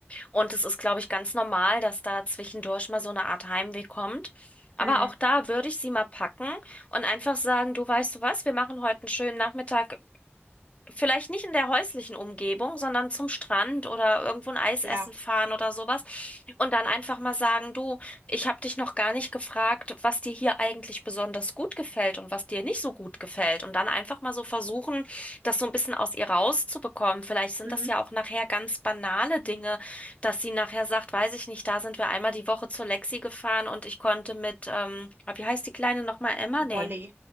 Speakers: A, on the left; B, on the right.
A: Und es ist, glaube ich, ganz normal, dass da zwischendurch mal so eine Art Heimweh kommt. Aber
B: hm.
A: auch da würde ich sie mal packen und einfach sagen, du weißt du was, wir machen heute einen schönen Nachmittag, vielleicht nicht in der häuslichen Umgebung, sondern zum Strand oder irgendwo ein Eis
B: ja,
A: essen fahren oder sowas. Und dann einfach mal sagen, du, ich habe dich noch gar nicht gefragt, was dir hier eigentlich besonders gut gefällt und was dir nicht so gut gefällt. Und dann einfach mal so versuchen, das so ein bisschen aus ihr rauszubekommen. Vielleicht sind
B: Mhm.
A: das ja auch nachher ganz banale Dinge, dass sie nachher sagt, weiß ich nicht, da sind wir einmal die Woche zur Lexi gefahren und ich konnte mit, ähm, ah, wie heißt die Kleine nochmal, Emma?
B: die
A: Nee.
B: Molly.